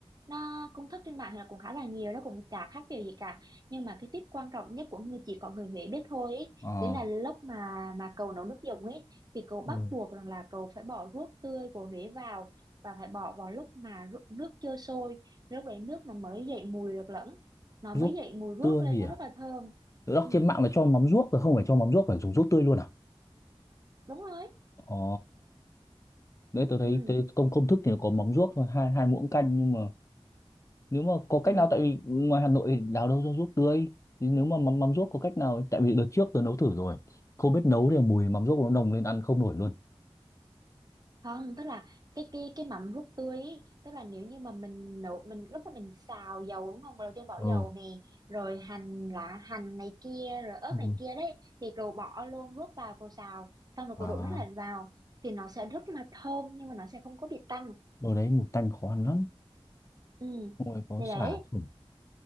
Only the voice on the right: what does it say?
nó công thức trên mạng thì là cũng khá là nhiều nó cũng chả khác điều gì cả nhưng mà cái tip quan trọng nhất của người chỉ có người Huế biết thôi ý,
đấy là lúc mà mà cậu nấu nước dùng ấy thì cậu bắt
buộc rằng là cậu phải bỏ ruốc tươi của Huế vào và phải bỏ vào lúc mà ru- nước chưa sôi lúc đấy nước nó mới dậy mùi được lẫn nó
mới dậy mùi ruốc
lên
nó
rất là thơm
ừ
đúng rồi
ừ
ừ
không tức là cái cái cái mắm ruốc tươi ý, tức là nếu như mà mình nấu mình lúc mà mình xào dầu đúng không đầu tiên bỏ
dầu nè rồi hành lá hành này kia rồi ớt
này kia đấy thì cậu bỏ luôn ruốc vào cậu xào xong rồi
cậu đổ nước lạnh vào thì nó sẽ rất là thơm nhưng mà nó sẽ không có bị tanh
ừ
thì
đấy